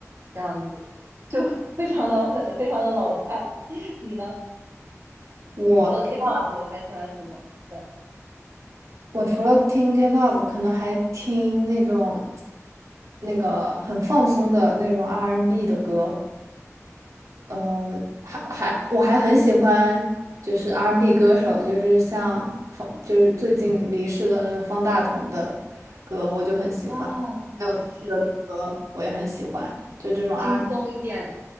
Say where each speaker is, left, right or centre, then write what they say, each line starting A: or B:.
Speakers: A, on the right (about 65°); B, on the right (about 85°).
A: 这样子就 <laughs> 非常的很非常的老派。<laughs> 你呢？
B: 我
A: 你除了 K-pop 还喜欢什么？对
B: 我除了听 K-pop，可能还听那种那个很放松的那种 R&B n 的歌。呃，还还我还很喜欢就是 R&B 歌手，就是像方就是最近离世的那个方大同的歌，我就很喜欢，
A: 啊，对，
B: 还有陶喆的歌我也很喜欢，
A: 是的，
B: 就这种
A: 轻松一点。
B: R，